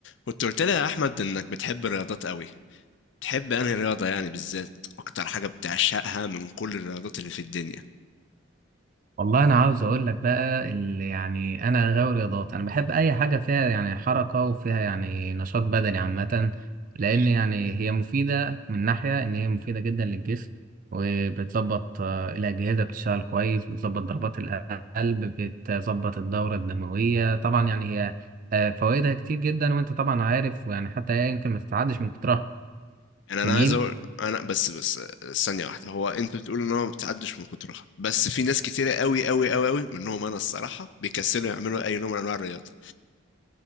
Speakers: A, on the left; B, on the right.
A: كنت قلت لي يا احمد انك بتحب الرياضات قوي بتحب انهي رياضه يعني بالذات اكتر حاجه بتعشقها من كل الرياضات اللي في الدنيا
B: والله انا عاوز اقول لك بقى اللي يعني انا غاوي رياضات انا بحب اي حاجه فيها يعني حركه وفيها يعني نشاط بدني عامه لان يعني هي مفيده من ناحيه ان هي مفيده جدا للجسم وبتظبط آه، الاجهزه بتشتغل كويس بتظبط ضربات القلب بتظبط الدوره الدمويه طبعا يعني هي آه، فوائدها كتير جدا وانت طبعا عارف ويعني حتى هي يمكن ما تتعدش من كترها
A: يعني انا
B: جميل
A: عايز اقول انا بس بس ثانيه واحده هو انت بتقول ان هو ما بتعدش من كترها بس في ناس كتيره قوي قوي قوي قوي منهم انا الصراحه بيكسلوا يعملوا اي نوع من انواع الرياضه